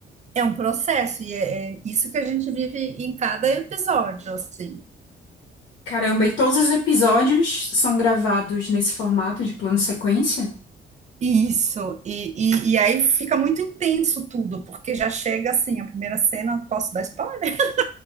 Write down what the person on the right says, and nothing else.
é um processo, e é, é isso que a gente vive em cada episódio, assim.
Isso, e, e, e aí fica muito intenso tudo, porque já chega assim, a primeira cena, posso dar spoiler? <laughs>